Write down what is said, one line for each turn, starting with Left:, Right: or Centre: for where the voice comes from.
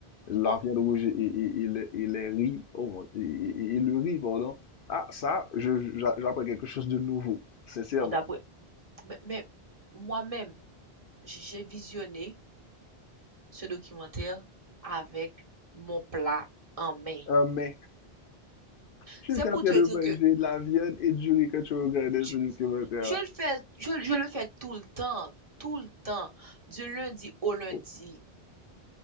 Left: La
Right: on,
Left: viande rouge et, et, et les, et les riz, oh, mon- et, et- et le riz, pardon. Ah, ça, je, j'a- j'apprends quelque chose de nouveau. Sincèrement.
Right: on d'après, mais, mais moi-même, j- j'ai visionné ce documentaire avec mon plat en main.
Left: Ah, mais, tu
Right: C'est
Left: étais
Right: pour
Left: en train
Right: te
Left: de
Right: dire
Left: manger
Right: que
Left: de la viande et du riz quand tu regardais
Right: je-
Left: ce documentaire-là.
Right: Je le fais, je, je le fais tout le temps, tout le temps, du lundi au lundi.
Left: Oh,